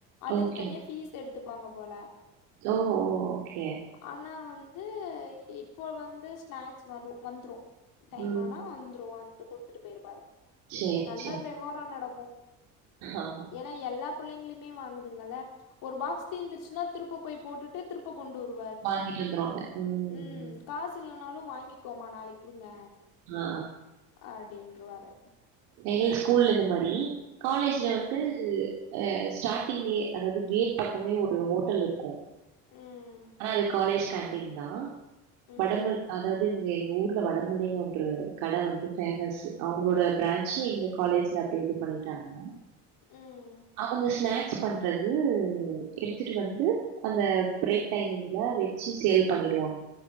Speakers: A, on the left; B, on the right.
A: அதுக்கு
B: ஓகே.
A: தனியா ஃபீஸ் எடுத்துப்பாங்க போல
B: ஓ ஓ ஓகே
A: ஆனா வந்து இப்போ வந்து ஸ்நாக்ஸ் வரும் வந்துரு டைம்
B: ம்.
A: ஆனா வந்துரு வந்துட்டு குடுத்துட்டு போயிருவாரு
B: சரி,
A: நல்லா
B: சரி.
A: வியாபாரம் நடக்கும்
B: ஆமா.
A: ஏன்னா எல்லாப் புள்ளைங்ளுமே வாங்குதுங்கள ஒரு பாக்ஸ் தீர்ந்துடுச்சுன்னா திருப்ப போய் போட்டுட்டு திருப்ப கொண்டு வரு
B: வாங்கிட்டு வந்துருவாங்க ம்.
A: உம் காசு இல்லனாலு வாங்கிக்கோமா நாளைக்கு குடுங்க
B: ஆ
A: அப்டின்றுவாரு
B: எங்கல ஸ்கூல்ல இந் இந்த மாரி காலேஜ்ல
A: ம்
B: வந்து அ ஸ்டார்ட்டிங்லயே அதாவது கேட் பக்கமே ஒரு ஹோட்டல் இருக்கு
A: ம்
B: ஆனா அது காலேஜ் கேன்டீன்தா
A: ம்
B: படம்ப அதா தங்க எங்க ஊர்ல வடமலைன்னு ஒன்ற கட வந்து பேமஸ் அவங்களோட பிரான்சு எங்க காலேஜ்ல அப்டியே இது பண்ணிட்டாங்க
A: ம்
B: அவங்க ஸ்நாக்ஸ் பண்றது எடுத்துட்டு வந்து அந்த பிரேக் டைமிங்ல வெச்சு சேல் பண்ணிடுவாங்க